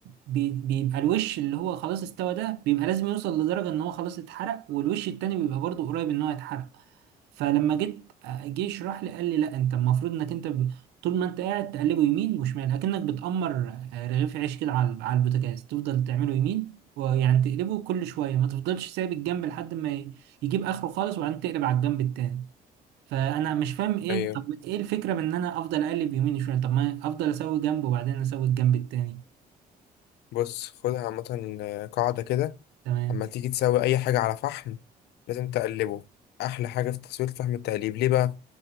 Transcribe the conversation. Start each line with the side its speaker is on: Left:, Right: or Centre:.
Right: بي- بيبقى الوش اللي هو خلاص استوى ده بيبقى لازم يوصل لدرجة ان هو خلاص اتحرق والوش التاني بيبقى برضه قريب ان هو يتحرق فلما جيت آه، جه يشرح لي قال لي لا انت المفروض انك انت ب... طول ما انت قاعد تقلبه يمين وشمال اكنك بتأمر آه، رغيف عيش كده على على البوتاجاز تفضل تعمله يمين ويعني تقلبه كل شويه ما تفضلش سايب الجنب لحد ما ي- يجيب اخره خالص وبعدين تقلب على الجنب التاني فانا مش فاهم ايه
Left: أيوه
Right: طب ايه الفكره من ان انا افضل اقلب يمين وشمال طب ما افضل اسوي جنب وبعدين اسوي الجنب التاني
Left: بص خدها عامة قاعدة كده
Right: تمام
Left: أما تيجي تسوي أي حاجة على فحم لازم تقلبه أحلى حاجة في تسوية فحم التقليب ليه بقى؟